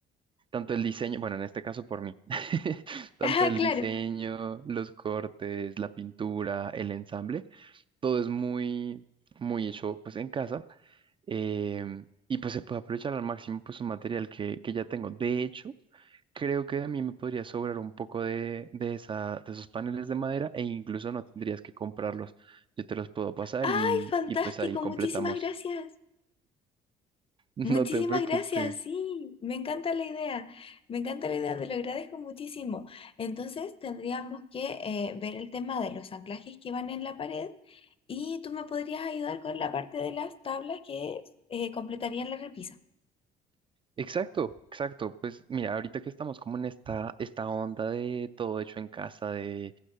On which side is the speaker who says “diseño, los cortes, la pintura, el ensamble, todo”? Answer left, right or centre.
Right